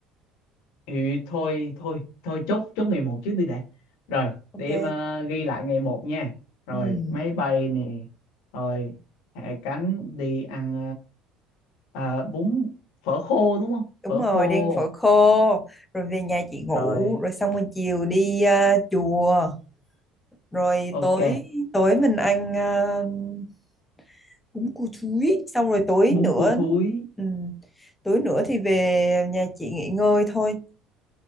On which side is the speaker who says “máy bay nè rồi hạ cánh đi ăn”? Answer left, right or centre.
Left